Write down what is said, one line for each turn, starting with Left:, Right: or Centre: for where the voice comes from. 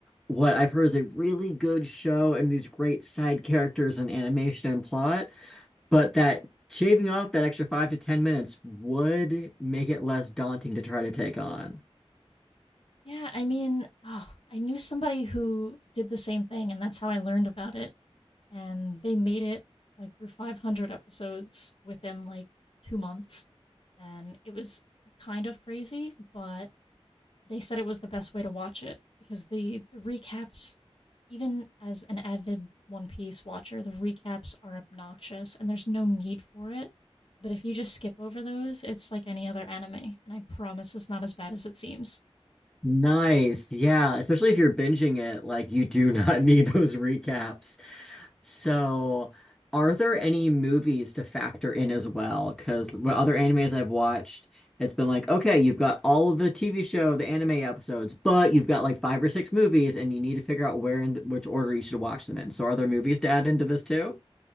Centre: what I've heard is a really good show and these great side characters and animation and plot, but that shaving off that extra five to ten minutes would make it less daunting to try to take on.
Left: Yeah, I mean, oh, I knew somebody who did the same thing, and that's how I learned about it. And they made it like through 500 episodes within like two months. And it was kind of crazy, but they said it was the best way to watch it because the, the recaps, even as an avid One Piece watcher, the recaps are obnoxious and there's no need for it. But if you just skip over those, it's like any other anime. And I promise it's not as bad as it seems.
Centre: Nice. Yeah, especially if you're binging it, like you do not <laughs> need those recaps. So, are there any movies to factor in as well? Because what other animes I've watched, it's been like, okay, you've got all of the TV show, the anime episodes, but you've got like five or six movies, and you need to figure out where and which order you should watch them in. So, are there movies to add into this too?